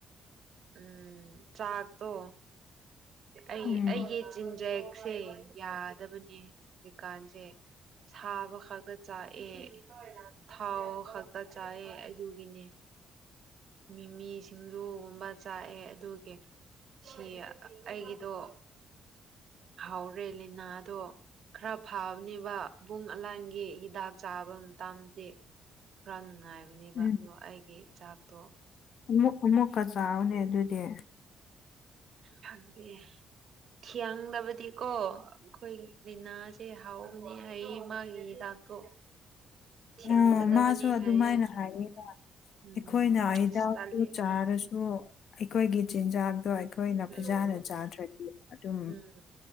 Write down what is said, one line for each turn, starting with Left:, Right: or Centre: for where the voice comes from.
Right: ꯎꯝ ꯆꯥꯥꯛ ꯇꯣ ꯑꯩ
Left: ꯎꯝ
Right: ꯑꯩꯒꯤ ꯆꯤꯟꯖꯦꯛꯁꯦ ꯌꯥꯗꯕꯅꯦ ꯍꯧꯖꯤꯛꯀꯥꯟꯁꯦ ꯁꯥꯕ ꯈꯛꯇ ꯆꯥꯛꯑꯦ ꯊꯥꯎ ꯈꯛꯇ ꯆꯥꯏꯑꯦ ꯑꯗꯨꯒꯤꯅꯦ ꯃꯤꯃꯤ ꯁꯤꯡꯖꯨꯒꯨꯝꯕ ꯆꯥꯛꯑꯦ ꯑꯗꯨꯒꯤ ꯁꯤ ꯑꯩꯒꯤꯗꯣ ꯍꯥꯎꯔꯦ ꯂꯤꯅꯥꯗꯣ ꯈꯥꯔ ꯐꯕꯅꯦꯕ ꯥꯕꯨꯡ ꯑꯂꯥꯟꯒꯤ ꯍꯤꯗꯥꯛ ꯆꯥꯕ ꯃꯇꯥꯝꯁꯤ ꯀꯟ ꯉꯥꯏꯕꯅꯦꯕ
Left: ꯎꯝ
Right: ꯑꯗꯣ ꯑꯩꯒꯤ ꯆꯥꯛꯇꯣ
Left: ꯑꯃꯨꯛ ꯑꯃꯨꯛꯀ ꯆꯥꯎꯅꯦ ꯑꯗꯨꯗꯤ
Right: ꯐꯪꯗꯦ ꯊꯤꯌꯥꯡꯗꯕꯗꯤꯀꯣ ꯈꯣꯏ ꯒꯤꯅ ꯁꯤ ꯍꯥꯎꯕꯅꯤ ꯍꯥꯏꯌꯦ ꯃꯥꯒꯤ ꯍꯤꯗꯥꯛ ꯇꯣ ꯊꯤꯌꯥꯡꯒꯗꯕꯅꯦ
Left: ꯎꯝ ꯃꯥꯁꯨ ꯑꯗꯨꯃꯥꯏꯅ
Right: ꯍꯥꯏꯌꯦ
Left: ꯍꯥꯏꯌꯦ
Right: ꯎꯝ
Left: ꯑꯩꯈꯣꯏꯅ ꯍꯤꯗꯥꯛꯇꯨ
Right: ꯏꯁ ꯇꯜꯂꯦ
Left: ꯆꯥꯔꯁꯨ
Right: ꯑꯩ
Left: ꯑꯩꯈꯣꯏꯒꯤ ꯆꯤꯟꯖꯥꯛꯇꯣ ꯑꯩꯈꯣꯏꯅ
Right: ꯎꯝ
Left: ꯐꯖꯅ ꯆꯥꯗ꯭ꯔꯗꯤ ꯑꯗꯨꯝ
Right: ꯎꯝ